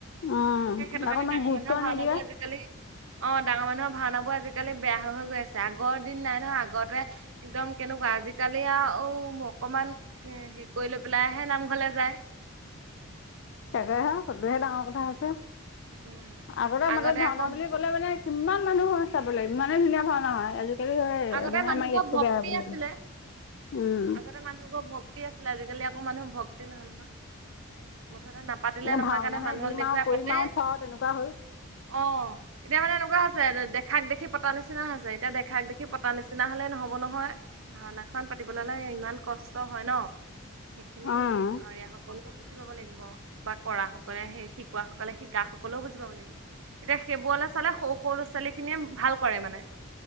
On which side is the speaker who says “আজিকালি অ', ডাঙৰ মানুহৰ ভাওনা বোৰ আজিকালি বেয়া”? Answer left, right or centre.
Right